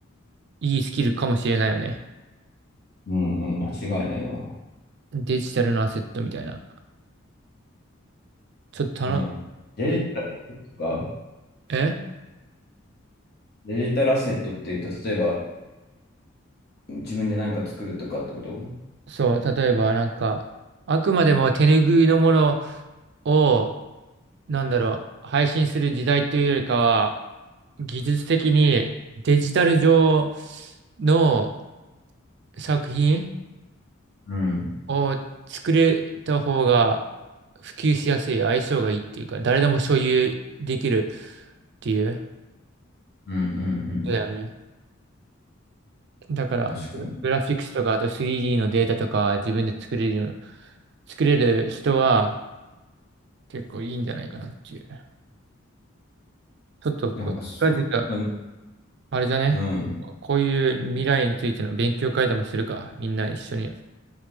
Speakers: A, on the right; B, on the left.
A: いいスキルかもしれないよね。
B: うんうん、間違いないわ。
A: デジタルのアセットみたいな。ちょっと頼む、
B: ね。デジタルアセットとか、
A: え
B: デジタルアセットっていうと、例えば、自分で何か作るとかってこと
A: そう、例えばなんか、あくまでも手拭いのものを、なんだろう、配信する時代というよりかは、技術的にデジタル上の作品
B: うん。
A: を作れた方が普及しやすい、相性がいいっていうか、誰でも所有できるっていう、
B: うんうんうん。
A: そうだよね。だから、
B: 確かに。
A: グラフィックスとか、あと 3D のデータとか自分で作れるような、作れる人は結構いいんじゃないかなっていう。ちょっとこう、
B: なんかそう、
A: 近々、
B: うん。
A: あれだね。
B: うん
A: こういう未来についての勉強会でもするか。みんな一緒に。